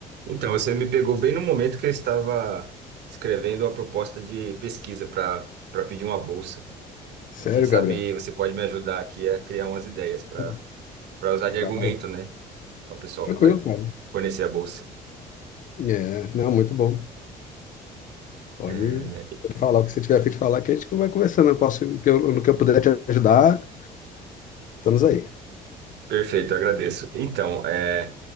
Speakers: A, on the right; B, on the left.
A: Então, você me pegou bem no momento que eu estava escrevendo a proposta de pesquisa para para pedir uma bolsa.
B: Sério,
A: E Quem sabe
B: Gabriel?
A: você pode me ajudar aqui a criar umas ideias para
B: Claro,
A: para usar de argumento,
B: claro.
A: né, ao pessoal
B: Tranquilo,
A: que vai
B: cara.
A: fornecer a bolsa.
B: É, não, muito bom. Pode
A: É,
B: falar o que você tiver a fim de falar, que a gente vai conversando. Eu posso, o que eu, no que eu puder te ajudar, estamos aí.
A: perfeito, agradeço. Então, é,